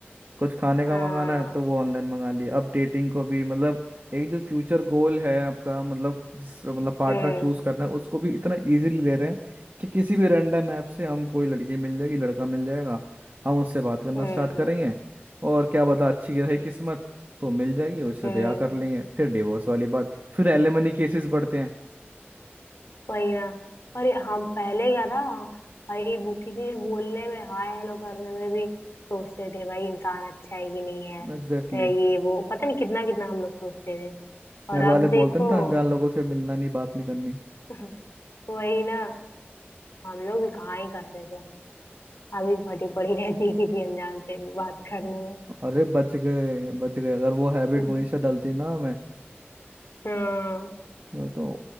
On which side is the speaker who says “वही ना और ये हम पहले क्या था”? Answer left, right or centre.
Left